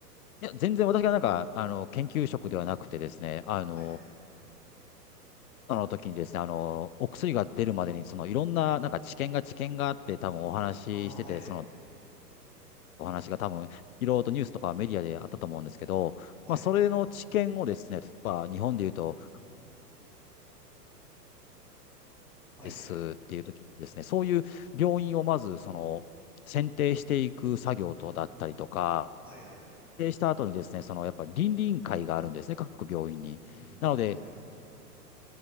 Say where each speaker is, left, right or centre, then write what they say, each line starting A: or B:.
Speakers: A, on the left (about 60°); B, in the centre.
A: いや、全然私がなんか、あの、研究職ではなくてですね、あの、
B: はい。
A: あの時にですね、あの、お薬が出るまでに、その、いろんな、なんか治験が治験があって、多分お話ししてて、
B: ああ、はい。
A: その、お話が多分、いろいろとニュースとかメディアであったと思うんですけど、
B: はい。
A: まあ、それの知見をですね、例えば日本でいうと、
B: はい。
A: ですっていう時にですね、そういう病院をまず、その、選定していく作業とだったりとか、
B: はい。
A: 選定した後にですね、そのやっぱり倫理委員会があるんですね、各病院に。
B: うん、うん、
A: なので、
B: うん。はい。